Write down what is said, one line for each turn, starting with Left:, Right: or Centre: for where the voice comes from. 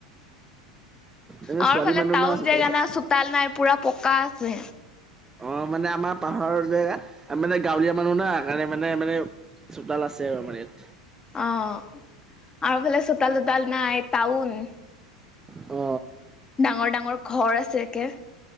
Right: এনে
Left: আমাৰ
Right: ছোৱালী
Left: ফালে
Right: মানুহ
Left: টাউন
Right: না চোতাল
Left: জেগা
Right: সাৰি
Left: না চোতাল নাই পুৰা পকা আছে।
Right: অ মানে আমাৰ পাহাৰৰ জেগা মানে গাঁৱলীয়া মানুহ না কাৰণে মানে মানে চোতাল আছে আৰু আমাৰ ইয়াত
Left: অ আৰু ফালে চোতাল তোতাল নাই তাউন
Right: অ
Left: ডাঙৰ ডাঙৰ ঘৰ আছে একে